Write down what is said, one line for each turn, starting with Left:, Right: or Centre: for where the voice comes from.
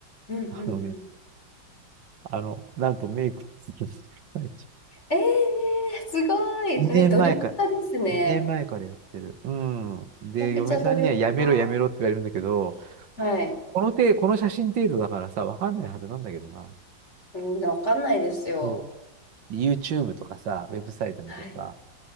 Left: うん、うん、
Right: あのね、
Left: うん。
Right: あの、なんとメイクをするんです。最近
Left: ええすごい。
Right: 2年前から、
Left: ね努力家ですね。
Right: 2年前からやってる。うん。で、
Left: めちゃくちゃ努力家。
Right: 嫁さんにはやめろやめろって言われるんだけど、
Left: はい。
Right: この程この写真程度だからさ、わかんないはずなんだけどな。
Left: うん、わかんないですよ。
Right: そう。YouTube とかさ、ウェブサイト見てさ、
Left: はい。